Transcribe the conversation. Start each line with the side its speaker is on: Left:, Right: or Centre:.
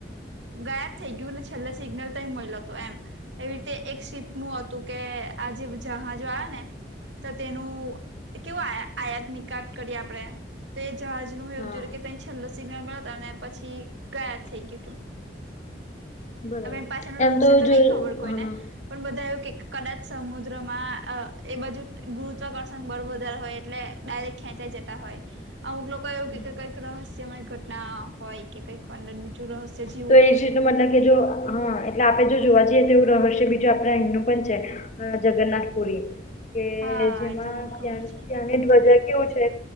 Right: ગાયબ થઈ ગયું ને છેલ્લે સિગ્નલ તોઈ મળલોતો એમ. એવી રીતે એક સીપનું હતું કે આજે જહાજો આવે ને. તો તેનું કેવું આ આયાત નિકાટ કરીએ આપણે તો એ જહાજનું એવું
Left: હા
Right: જો કે તે છેલ્લો સિગ્નલ મળતા ને પછી ગાયબ થઈ ગયું હતું.
Left: બરાબર
Right: હવે એ પાછળનું
Left: એમ
Right: રહશે તો
Left: જો
Right: નહી ખબર કોઈને.
Left: હા
Right: પણ બધા એવું કે કદાચ સમુદ્રમાં એ બાજુ ગુરુત્વાકર્ષણ બળબાર હોય એટલે ડાયરેક્ટ ખેંચાઈ જતા હોય અમુક લોકો એવું
Left: હમ
Right: કે કઈક રહસ્યમય ઘટના હોય કે. કઈ કડન બીચું રહ છે જી.
Left: તો એ જીતનું મતલબ કે જો હા એટલે આપણે જો જોવા જઈએ તો એવું રહસ્ય બીજું આપણા હિન્નું પણ છે જગન્નાથ પુરી કે
Right: હા
Left: જેમાંં
Right: એ તો મને ખબર
Left: ત્યાંની
Right: છે
Left: ધ્વજા કેવું છે.